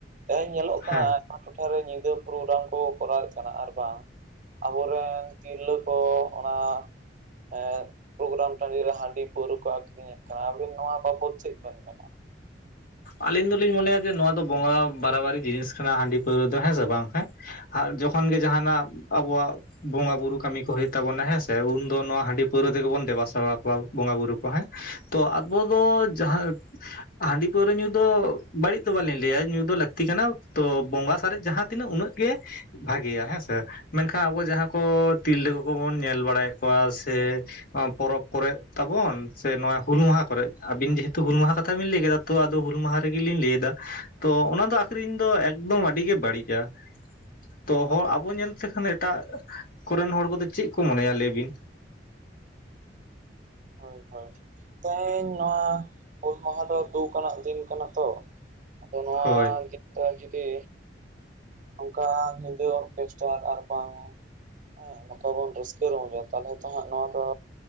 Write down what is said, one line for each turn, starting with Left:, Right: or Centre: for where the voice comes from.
Right: ᱛᱮᱦᱮᱧ ᱧᱮᱞᱚᱜ ᱠᱟᱱᱟ
Left: ᱦᱮᱸ
Right: ᱾ ᱟᱠ ᱴᱚᱴᱷᱟ ᱨᱮ ᱧᱤᱫᱟᱹ, ᱯᱨᱳᱜᱽᱨᱟᱢ ᱠᱚ, ᱠᱚᱨᱟᱣᱮᱫ ᱠᱟᱱᱟ, ᱟᱨ ᱵᱟᱝ ᱟᱵᱚᱨᱮᱱ ᱛᱤᱨᱞᱟᱹ ᱠᱚ ᱚᱱᱟ ᱟᱻᱨ ᱯᱨᱳᱜᱽᱨᱟᱢ ᱴᱟᱺᱰᱤ ᱨᱮ, ᱦᱟᱺᱰᱤ ᱯᱟᱹᱣᱨᱟᱹ ᱠᱚ, ᱟᱹᱠᱷ ᱟᱹᱠᱷᱨᱤᱧᱮᱫ ᱠᱟᱱᱟ ᱟᱵᱤᱱ ᱱᱚᱣᱟ ᱵᱟᱵᱚᱛ ᱪᱮᱫ ᱵᱮᱱ ᱢᱮᱱᱟ?
Left: ᱟᱞᱤᱧ ᱫᱚᱞᱤᱧ ᱢᱚᱱᱮᱭᱟ ᱡᱮ ᱱᱚᱣᱟ ᱫᱚ ᱵᱚᱸᱜᱟ ᱵᱟᱨᱟᱵᱟᱹᱨᱤ ᱡᱤᱱᱤᱥ ᱠᱟᱱᱟ ᱦᱟᱺᱰᱤ ᱯᱟᱹᱣᱨᱟᱹ ᱫᱚ ᱦᱮᱸ ᱥᱮ ᱵᱟᱝ ᱦᱮᱸ? ᱟᱨ ᱡᱚᱠᱷᱚᱱ ᱜᱤ ᱡᱟᱦᱟᱱᱟᱜ ᱟᱵᱚᱣᱟᱜ ᱵᱚᱸᱜᱟ ᱵᱩᱨᱩ ᱠᱟᱹᱢᱤ ᱠᱚ ᱦᱩᱭᱩᱜ ᱛᱟᱵᱚᱱᱟ ᱦᱮᱸᱥᱮ ᱩᱱᱫᱚ ᱱᱚᱣᱟ ᱦᱟᱺᱰᱤ ᱯᱟᱹᱣᱨᱟᱹ ᱛᱮᱜᱮ ᱵᱚᱱ ᱫᱮᱵᱟ ᱥᱮᱣᱟ ᱠᱚᱣᱟ ᱵᱚᱸᱜᱟ ᱵᱩᱨᱩ ᱠᱳᱦᱟᱸᱜ ᱛᱚ ᱟᱵᱚ ᱫᱚ ᱡᱟᱦᱟᱸ ᱦᱟᱺᱰᱤ ᱯᱟᱹᱣᱨᱟᱹ ᱧᱩ ᱫᱚ ᱵᱟᱹᱲᱤᱡ ᱫᱚ ᱵᱟᱹᱞᱤᱧ ᱞᱟᱹᱭ-ᱟ ᱧᱩ ᱫᱚ ᱞᱟᱹᱠᱛᱤ ᱠᱟᱱᱟ ᱛᱚ ᱵᱚᱸᱜᱟ ᱥᱟᱨᱮᱡ ᱡᱟᱦᱟᱸ ᱛᱤᱱᱟᱹᱜ ᱩᱱᱟᱹᱜ ᱜᱮ, ᱵᱷᱟᱜᱤᱭᱟ ᱦᱮᱸᱥᱮ ᱢᱮᱱᱠᱷᱟᱱ ᱟᱵᱚ ᱡᱟᱦᱟᱸ ᱠᱚ ᱛᱤᱨᱞᱟᱹ ᱠᱚᱠᱚ ᱵᱚᱱ ᱧᱮᱞ ᱵᱟᱲᱟᱭᱮᱫ ᱠᱚᱣᱟ ᱥᱮ, ᱱᱚᱣᱟ ᱯᱚᱨᱚᱵᱽ ᱠᱚᱨᱮ, ᱛᱟᱵᱚᱱ ᱥᱮ, ᱱᱚᱣᱟ ᱦᱩᱞ ᱢᱟᱦᱟ ᱠᱚᱨᱮ, ᱟᱵᱤᱱ ᱡᱮ, ᱦᱮᱛᱩ ᱦᱩᱞ ᱢᱟᱦᱟ, ᱠᱟᱛᱷᱟ ᱵᱤᱱ, ᱞᱟᱹᱭ ᱠᱮᱫᱟ ᱾ ᱛᱚ, ᱟᱫᱚ ᱦᱩᱞ ᱢᱟᱦᱟ, ᱨᱮᱜᱮ ᱞᱤᱧ ᱞᱟᱹᱭ ᱮᱫᱟ, ᱛᱚ, ᱚᱱᱟ ᱫᱚ, ᱟᱠᱷᱨᱤᱧ ᱫᱚ, ᱮᱠᱫᱚᱢ ᱟᱹᱰᱤ ᱜᱮ, ᱵᱟᱹᱲᱤᱡᱼᱟ᱾ ᱛᱚ ᱦᱚᱲ ᱟᱵᱚ ᱧᱮᱞ ᱛᱮᱠᱷᱟᱱ ᱮᱴᱟᱜ ᱠᱚᱨᱮᱱ ᱦᱚᱲ ᱠᱚᱫᱚ ᱪᱮᱫ ᱠᱚ ᱢᱚᱱᱮᱭᱟ ᱞᱟᱹᱭ ᱵᱤᱱ?
Right: ᱦᱳᱭ ᱦᱳᱭ, ᱛᱮᱦᱮᱧ ᱱᱚᱣᱟ, ᱦᱩᱞ ᱢᱟᱦᱟ ᱫᱚ, ᱫᱩᱠᱷ ᱟᱱᱟᱜ, ᱫᱤᱱ ᱠᱟᱱᱟ ᱛᱚ ᱾ ᱟᱫᱚ, ᱱᱚᱣᱟ
Left: ᱦᱳᱭ
Right: ᱜᱮ, ᱛᱚ ᱡᱩᱫᱤ? ᱚᱝᱠᱟ ᱧᱤᱫᱟᱹ, ᱚᱨᱠᱮᱥᱴᱨᱟ ᱟᱨ, ‌ ᱵᱟᱝ ᱦᱮᱸ ᱱᱚᱝᱠᱟ ᱵᱚᱱ ᱨᱟᱹᱥᱠᱟᱹ ᱨᱚᱢᱚᱡᱟ ᱛᱟᱞᱦᱮ ᱛᱚ ᱦᱟᱸᱜ ᱱᱚᱣᱟ ᱫᱚ